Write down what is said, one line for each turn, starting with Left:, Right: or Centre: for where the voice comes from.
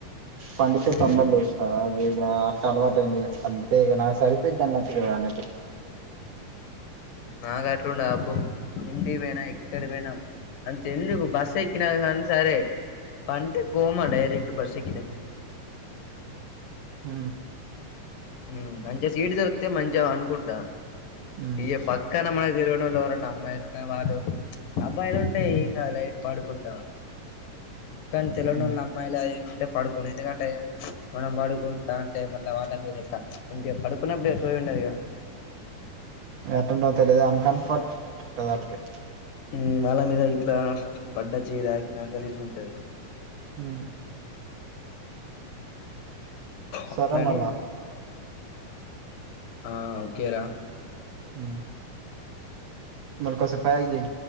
Right: పండితే
Left: హ్మ్
Right: తొందర లేస్తా ఇగ అట్ట అలవాటయ్యింది అంతే ఇగ నా సరిపోయిద్దన్నట్టుగా అన్నట్టు
Left: నాకు అట్లుండ అబ్బో ఇంటికి పోయినా ఎక్కడ పోయినా అంత ఎందుకు బస్ ఎక్కినా గానీ సరే పంటే కోమా డైరెక్ట్ బస్ ఎక్కితే ఇంక
Right: ఊ
Left: ఊ మంచిగా సీటు దొరికితే మంచిగా పండుకుంట
Right: ఉమ్,
Left: ఈగ ప కానీ మనకి తెలవనోళ్ళు ఎవరన్నా అమ్మాయిలు ఉన్నా వాళ్ళు అబ్బాయిలు ఉంటే ఏం గాదు లైట్ పడుకుంటా కానీ తెలవనోళ్ళు
Right: ఉమ్.
Left: అం మళ్ళ ఇవ్వి ఉంటే పడుకోను ఎందుకంటే మనం పడుకుంటాంటే మళ్ళ వాళ్ళ మీద టీ అంటే పడుకున్నప్పుడే సోయి ఉండది గా
Right: ఎట్టుంటాదో తెలీదు అన్ కంఫర్ట్ ఉంటాది ఆళ్ళకి
Left: ఉమ్ వాళ్ళ మీద ఇట్లా పడ్డా చేయ్యి దాకినా గలీజుగుంటది
Right: ఊ
Left: అట్లని
Right: సరే మళ్ళా
Left: ఆ ఓకే రా
Right: ఊ మళ్ళీ కాసేపు ఆగి చేయి